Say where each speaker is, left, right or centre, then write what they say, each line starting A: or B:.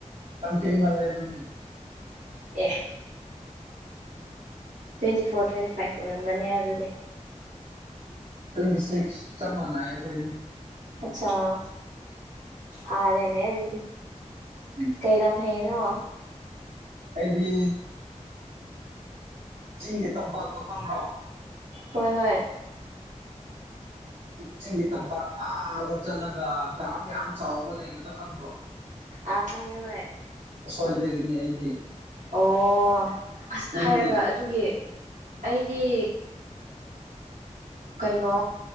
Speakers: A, on the right; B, on the right.
A: ꯁꯝꯀꯤꯡ ꯃꯜꯦ ꯑꯗꯨꯗꯨꯗꯤ
B: ꯑꯦ ꯇ꯭ꯋꯦꯟꯇꯤ ꯐꯣꯔ ꯇ꯭ꯋꯦꯟꯇꯤ ꯐꯥꯏꯚ ꯑꯣꯏꯔꯝꯒꯅꯦ ꯑꯗꯨꯗꯤ
A: ꯇ꯭ꯋꯦꯟꯇꯤ ꯁꯤꯛꯁ ꯆꯞ ꯃꯥꯟꯅꯩ ꯑꯩꯈꯣꯏꯅꯤ
B: ꯑꯆꯥꯥ ꯐꯥꯔꯦꯅꯦ ꯑꯗꯨꯗꯤ
A: ꯎꯝ
B: ꯀꯩ ꯂꯝ ꯐꯩꯅꯣ
A: ꯑꯩꯗꯤ ꯆꯤꯡꯒꯤ ꯇꯝꯄꯥꯛꯇꯣ ꯈꯪꯕ꯭ꯔꯣ
B: ꯍꯣꯏ ꯍꯣꯏ
A: ꯆꯤꯡꯒꯤ ꯇꯝꯄꯥꯛ ꯑꯥꯗ ꯆꯠꯂꯒ ꯗꯥꯝ ꯌꯥꯝ ꯆꯥꯎꯕ ꯂꯩꯌꯨꯗ ꯈꯪꯗ꯭ꯔꯣ
B: ꯑꯥ ꯈꯪꯉꯦ ꯍꯣꯏ
A: ꯑꯁ꯭ꯋꯥꯏꯗꯒꯤꯅꯤ ꯑꯩꯗꯤ
B: ꯑꯣ ꯑꯁ
A: ꯅꯪꯗꯤ
B: ꯍꯥꯏꯔꯒ ꯑꯗꯨꯒꯤ ꯑꯩꯗꯤ ꯀꯩꯅꯣ